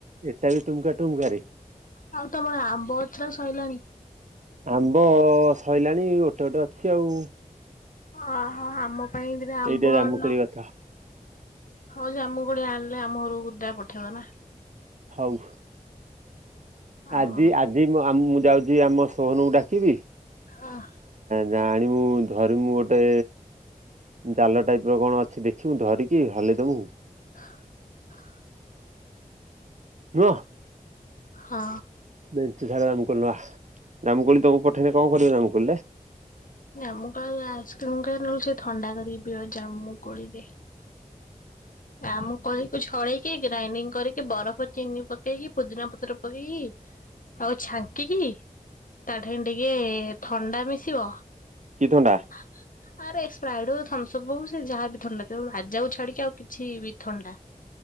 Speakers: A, on the right; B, on the left.
A: ଏଟା ବି ଟୁମୁକା ଟୁମୁକା ରେ?
B: ଆଉ ତମର ଆମ୍ବ ଗଛରେ ସଇଲାଣି?
A: ଆମ୍ବ ସଇଲାଣି ଗୋଟେ ଗୋଟେ ଅଛି ଆଉ।
B: ଅ ହଁ ଆମ ପାଇଁ ଦି ଟା ଆମ୍ବ
A: ଏଇଟା ଜାମୁକୋଳି
B: ଆଣୁନ।
A: ଗଛ
B: ହଁ ଜାମୁକୋଳି ଆଣିଲେ ଆମ ଘରକୁ ଗୋଟା ପଠେଇବ ନା।
A: ହଉ। ଆଜି
B: ଆମର
A: ଆଜି ମୁଁ ଆ ମୁଁ ଯାଉଛି ଆମ ସୋହନକୁ ଡାକିବି।
B: ହଁ।
A: ଜା ଆଣିବୁ ଧରିମୁୁ ଗୋଟେ। ଜାଲ ଟାଇପ୍ ର କଣ ଅଛି ଦେଖିବୁ ଧରିକି ହଲେଇ ଦବୁ।
B: <inaudible>
A: ରୁହ।
B: ହଁ।
A: ମେଞ୍ଚେ ସାରା ଜାମୁକୋଳି ନବା ଜାମୁକୋଳି ତମକୁ ପଠେଇଲେ କଣ କରିବ ଜାମୁକୋଳି ରେ?
B: ଜାମୁକୋଳି ଆଇସିକ୍ରିମ୍ କରିବା ନହେଲେ ସେ ଥଣ୍ଡା କରିବି ପିବା ଜାମୁକୋଳି ରେ। ଜାମୁକୋଳି କୁ ଛଳେଇ କି ଗ୍ରାଇଣ୍ଡିଙ୍ଗ୍ କରିକି ବରଫ ଚିନି ପକେଇକି ପୋଦିନା ପତ୍ର ପକେଇକି। ଆଉ ଛାଙ୍କିକି ତା ଠେଇ ଟିକେ ଥଣ୍ଡା ମିଶିବ।
A: କି ଥଣ୍ଡା?
B: <inaudible> ଆରେ ସ୍ପ୍ରାଇଟ୍ ହଉ ଥମ୍ସଅପ୍ ହଉ ସେ ଯାହା ବି ଥଣ୍ଡା ଥାଉ ମାଜା କୁ ଛାଡି଼କି ଆଉ କିଛି ବି ଥଣ୍ଡା।